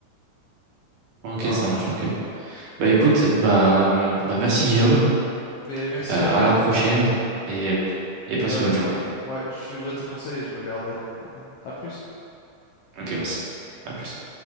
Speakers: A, on the right (about 65°); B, on the left (about 70°).
A: Ok,
B: par.
A: ça marche, ok. Bah écoute, bah, hum, bah merci Guillaume.
B: Mais merci
A: Euh,
B: à toi.
A: à la prochaine et, et
B: Et
A: passe
B: ben,
A: une bonne journée.
B: ouais, je suivrai tes conseils et je regarderai. À plus.
A: Ok, merci. À plus.